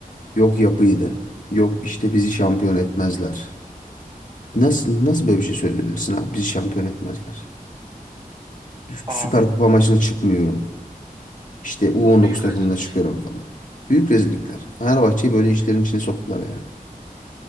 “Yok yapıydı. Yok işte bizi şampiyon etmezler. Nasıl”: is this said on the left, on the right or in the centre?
Left